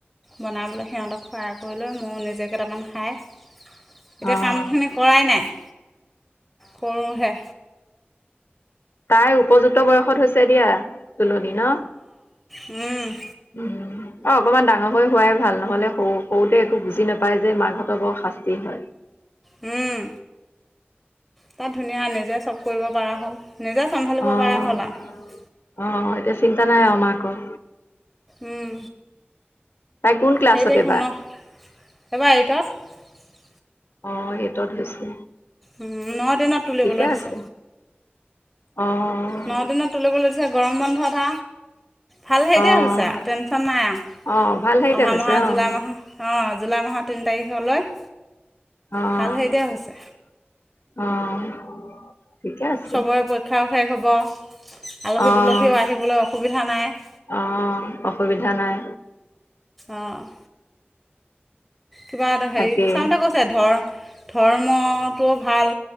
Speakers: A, in the centre; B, on the left.
A: বনাবলৈ সিহতক সহায় কৰিলৈ ময়ো নিজে কেইটামান খায় এতিয়া
B: অ অ
A: কামখিনি কৰাই নাই? কৰোহে।
B: তাৰ উপযুক্ত বয়সত হৈছে দিয়া, তুলনি ন?
A: উম,
B: উম, অ' অকমান ডাঙৰ হৈ হোৱাই ভাল নহলে সৰু-সৰুতে একো বুজি নাপায় যে মাকহঁতৰ বৰ হাস্তী হয়।
A: উম, তাত ধুনীয়া হলে নিজে চব কৰিব পৰা হ'ল, নিজে চম্ভালিব
B: অ'
A: পৰা হ'ল আৰু।
B: অ, এতিয়া চিন্তা নাই আৰু মাকৰ।
A: উম,
B: তাই কোন ক্লাছত
A: হেই তাৰিখত
B: এইবাৰ?
A: ন এবাৰ এইটত।
B: অ' সেইটোত হৈছে।
A: ন দিনত তুলিবলৈ
B: ঠিকে
A: দিছে।
B: আছে অ'
A: ন দিনত তুলিবলৈ দিছে। গৰম বন্ধতা ভাল হেৰিতে
B: অ'
A: হৈছে আৰু, টেনশ্যন নাই আৰু।
B: অ' ভাল হেৰিতে
A: অহা
B: হৈছে
A: মাহৰ
B: অ'
A: জুলাই মাহৰ, অ, জুলাই মাহৰ তিনি তাৰিখলৈ
B: অ-
A: ভাল
B: অ-
A: হেৰিতে হৈছে
B: অ- অ। ঠিকে আছে
A: চবৰে পৰীক্ষাও শেষ হ'ব। আলহী
B: অ'
A: তুলহিও আহিবলৈ অসুবিধা নাই।
B: অ, অসুবিধা নাই।
A: অ', কিবা এটা হেৰি
B: তাকেই
A: চাওতে কৈছে ধৰ-ধৰ্মটো ভাল।